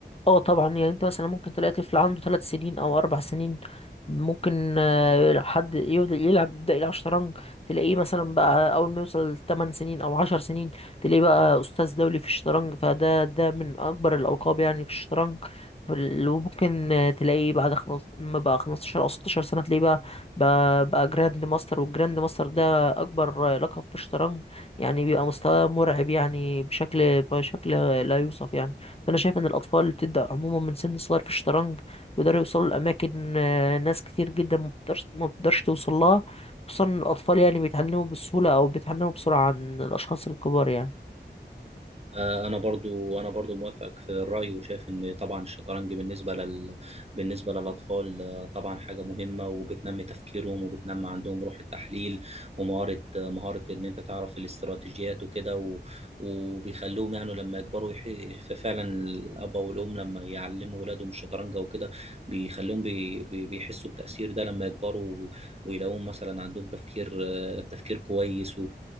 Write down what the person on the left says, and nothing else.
اه طبعا يعني انت مثلا ممكن تلاقي طفل عنده ثلاث سنين او اربع سنين ممكن آه، حد يفضل يلعب يبدأ يلعب شطرنج تلاقيه مثلا بقى اول ما يوصل 8 سنين او 10 سنين تلاقيه بقى استاذ دولي في الشطرنج فده ده من اكبر الالقاب يعني في الشطرنج فال- وممكن آه، تلاقيه بعد خمس ما بقى 15 او 16 سنة تلاقيه بقى بقى, بقى جراند ماستر والجراند ماستر ده اكبر آه، لقب في الشطرنج يعني بيبقى مستواه مرعب يعني بشكل بشكل لا يوصف يعني فانا شايف ان الاطفال اللي بتبدا عموما من سن صغير في الشطرنج بيقدروا يوصلوا لاماكن آه، ناس كتير جدا ما بتقدرش ما بتقدرش توصل لها خصوصا إن الاطفال يعني بيتعلموا بسهوله او بيتعلموا بسرعه عن الاشخاص الكبار يعني